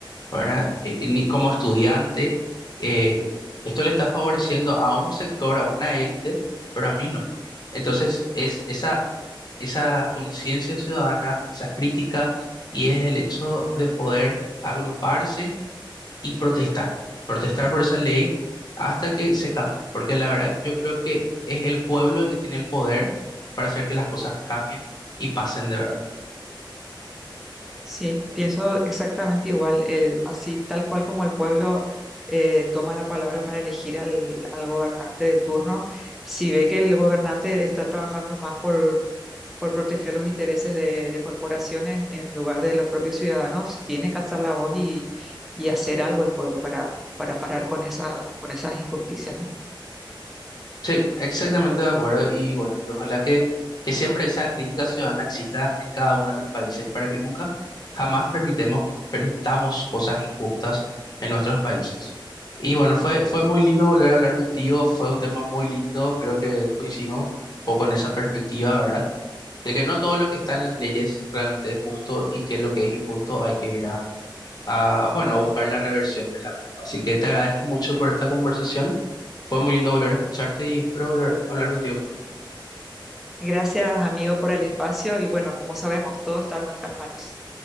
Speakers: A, on the left (about 50°); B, in the centre.
A: ¿verdad? Eh, eh, ni como estudiante. eh, esto le está favoreciendo a un sector, a una élite, pero a mí no. Entonces, es esa conciencia ciudadana, esa crítica, y es el hecho de poder agruparse y protestar, protestar por esa ley hasta que se cambie, porque la verdad que yo creo que es el pueblo el que tiene el poder para hacer que las cosas cambien y pasen de verdad.
B: Sí, pienso exactamente igual, eh, así tal cual como el pueblo eh, toma la palabra para elegir al, al gobernante de turno, si ve que el gobernante está trabajando más por, por proteger los intereses de, de corporaciones en lugar de los propios ciudadanos, tiene que alzar la voz y, y hacer algo el pueblo para, para parar con esa, con esas injusticias, ¿no?
A: Sí, exactamente de acuerdo. Y bueno, y ojalá que, que siempre esa crítica ciudadana exista en cada uno de los países para que nunca, jamás permitemos, permitamos cosas injustas en nuestros países. Y bueno, fue, fue muy lindo volver a hablar contigo, fue un tema muy lindo, creo que coincidimos un poco en esa perspectiva, ¿verdad? De que no todo lo que está en las leyes realmente es justo y que lo que es injusto hay que ir a, a, bueno, a buscar la reversión de la misma. Así que te agradezco mucho por esta conversación. Fue muy lindo volver a escucharte y espero volver a hablar contigo pronto.
B: Gracias, amigo, por el espacio y bueno, como sabemos, todo está en nuestras manos.